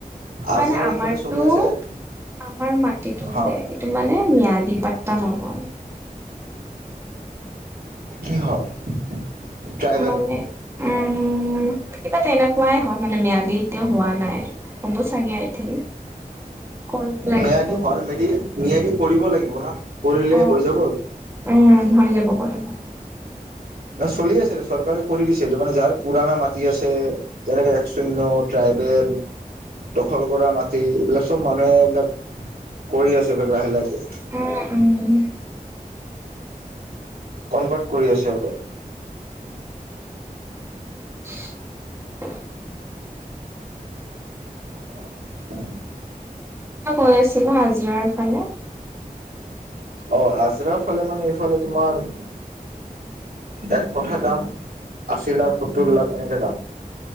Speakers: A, on the right (about 80°); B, on the right (about 15°).
A: আজৰা
B: মানে আমাৰটো,
A: ইফালে চলি আছে এক
B: আমাৰ মাটিতো
A: হা
B: যে টো মানে ম্যাদি পাত্তা নহ'ল।
A: কি হয় ট্ৰাইবেল?
B: মানে উম কিবা তেনে কোৱাই হয় মানে ম্যাদি এতিয়াও হোৱা নাই হ'ব চাগে আইথিংক। কৰিব লাগিব
A: ম্যাদি হয়
B: পা
A: মেদি ম্যাদি কৰিব লাগিব না, কৰিলেই
B: অ
A: হৈ যাব আৰু।
B: উম হৈ যাব কৰিলে।
A: চলি আছে এইটো চৰকাৰে কৰি দিছে এটো মানে যাৰ পুৰণা মাটি আছে। যেনেকে এক শূন্য ট্ৰাইবেল দখল কৰা মাটি এইবিলাক চ'ব মানুহে এইবিলাক কৰি আছে এইবিলাক লাহে, লাহে।
B: অ, উম।
A: ক'নভাৰ্ট কৰি আছে।
B: <inaudible>
A: <inaudible>
B: কৈ আছিলা হাজিৰাৰ ফালে।
A: অ, আজৰা ফালে মানে এইফালে তোমাৰ এক কঠা দাম আশী লাখ সত্তৰ লাখ এনেকে দাম।